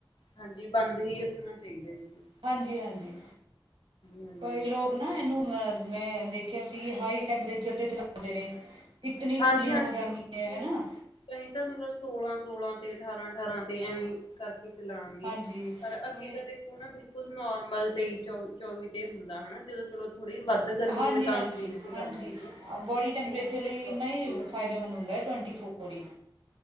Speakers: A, on the left (about 75°); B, on the right (about 80°).
A: ਹਾਂਜੀ ਬੰਦ ਹੀ ਰੱਖਣਾ ਚਾਹੀਦਾ ਇਸਨੂੰ
B: ਹਾਂਜੀ -ਹਾਂਜੀ,
A: ਹਾਂਜੀ।
B: ਕਈ ਲੋਕ ਇੱਕ ਨਾ ਇਨੂੰ ਮੈਂ ਦੇਖਿਆ ਸੀ ਹਾਈ ਟੈਂਪਰੇਚਰ ਤੇ ਚਲਾਂਦੇ ਨੇ। ਇਤਨੀ ਕੂਲਿੰਗ
A: ਹਾਂਜੀ ਹਾਂਜੀ
B: ਹੋ ਜਾਂਦੀ
A: ਬਿਲਕੁਲ
B: ਹੈ ਹਨਾ
A: ਕਈ ਤਾਂ ਮਤਲਬ ਸੋਲਾਂ- ਸੋਲਾਂ ਤੇ ਅਠਾਰਾਂ- ਅਠਾਰਾਂ ਤੇ ਐਵੇਂ ਕਰਕੇ ਚਲਾਂਗੇ,
B: ਹਾਂਜੀ
A: ਪਰ ਅਸੀਂ
B: ਹੁਣ
A: ਤਾਂ ਦੇ ਨਾ ਬਿਲਕੁਲ ਨੋਰਮਲ ਤੇਈ ਚੌਵੀ ਚੌਵੀ ਤੇ ਹੁੰਦਾ ਹਨਾ ਜਦੋਂ ਚਲੋ ਥੋੜ੍ਹੀ ਵੱਧ ਗਰਮੀ
B: ਹਾਂਜੀ
A: ਹੋਵੇ ਤਾਂ
B: -ਹਾਂਜੀ,
A: ਤੇਈ ਤੇ
B: ਹਾਂਜੀ
A: ਕਰ ਲੈਂਦੇ ਆ
B: ਬੋਡੀ ਟੈਂਪਰੇਚਰ
A: ਨਹੀਂ ਤਾਂ ਦੇਖੋ
B: ਲਈ
A: ਚੌਵੀ
B: ਇੰਨਾ ਹੀ ਫਾਇਦੇਮੰਦ ਹੁੰਦਾ ਹੈ ਟਵੰਟੀ ਫੋਰ ਹੀ